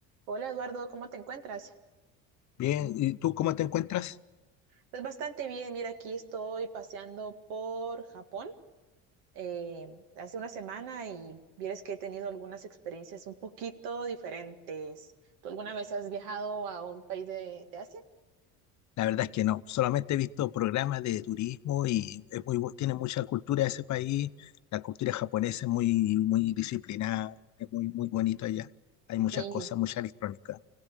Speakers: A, on the right; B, on the left.
A: Hola Eduardo, ¿cómo te encuentras?
B: Bien, ¿y tú cómo te encuentras?
A: Pues bastante bien, mira, aquí estoy paseando por Japón eh, hace una semana y vieres que he tenido algunas experiencias un poquito diferentes. ¿Tú alguna vez has viajado a un país de, de Asia?
B: La verdad es que no, solamente he visto programas de turismo y es muy, bu- tiene mucha cultura ese país. La cultura japonesa es muy, muy disciplinada, es muy, muy bonito allá. Hay muchas
A: Sí.
B: cosas, mucha electrónica.